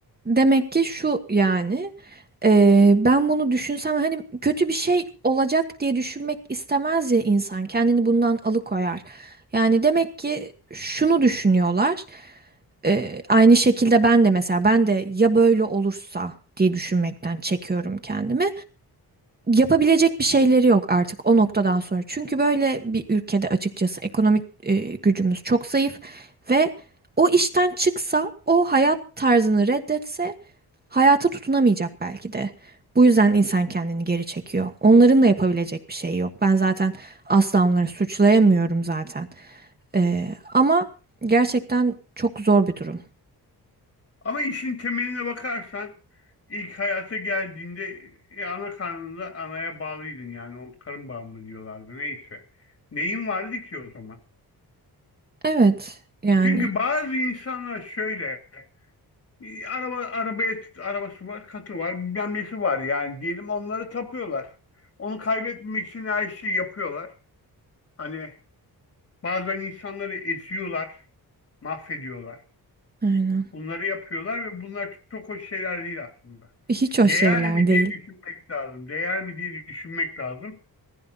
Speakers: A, on the right; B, on the left.
A: Demek ki şu yani eee, ben bunu düşünsem hani kötü bir şey olacak diye düşünmek istemez ya insan kendini bundan alıkoyar. Yani demek ki şunu düşünüyorlar eee, aynı şekilde ben de mesela ben de ya böyle olursa diye düşünmekten çekiyorum kendimi yapabilecek bir şeyleri yok artık o noktadan sonra. Çünkü böyle bir ülkede açıkçası ekonomik e, gücümüz çok zayıf ve o işten çıksa, o hayat tarzını reddetse hayata tutunamayacak belki de. Bu yüzden insan kendini geri çekiyor. Onların da yapabilecek bir şey yok. Ben zaten asla onları suçlayamıyorum zaten. Ee, ama gerçekten çok zor bir durum.
B: Ama işin temeline bakarsan ilk hayata geldiğinde e, ana karnında anaya bağlıydın yani o karın bağı mı diyorlardı neyse. Neyin vardı ki o zaman?
A: Evet, yani
B: Çünkü bazı insanlar şöyle E, Araba, arabaya, arabası var, katı var, bilmem nesi var yani diyelim onları tapıyorlar. Onu kaybetmemek için her şeyi yapıyorlar. Hani bazen insanları eziyorlar, mahvediyorlar.
A: aynen.
B: Bunları yapıyorlar ve bunlar çok hoş şeyler değil aslında.
A: Hiç hoş
B: Değer
A: şeyler
B: mi diye
A: değil.
B: düşünmek lazım. Değer mi diye düşünmek lazım.